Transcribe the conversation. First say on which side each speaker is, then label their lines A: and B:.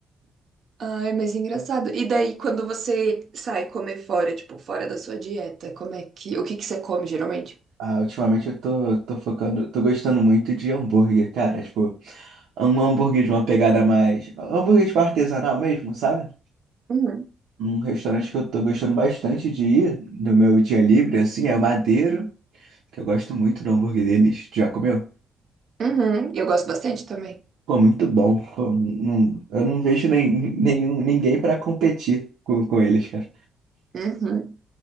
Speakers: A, on the right; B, on the right.
A: Ai, mas engraçado. E daí, quando você sai comer fora, tipo, fora da sua dieta, como é que, o que que você come geralmente?
B: Ah, ultimamente eu tô, tô focando, tô gostando muito de hambúrguer, cara. Tipo, um hambúrguer de uma pegada mais. Hambúrguer tipo artesanal mesmo, sabe?
A: Uhum.
B: Um restaurante que eu tô gostando bastante de ir no meu dia livre, assim, é o Madeiro, que eu gosto muito do hambúrguer deles. Tu Já comeu?
A: Uhum. Eu gosto bastante também.
B: Pô, muito bom. Pô, não- eu não vejo nem, nenhum, ninguém pra competir com, com eles, cara.
A: Uhum.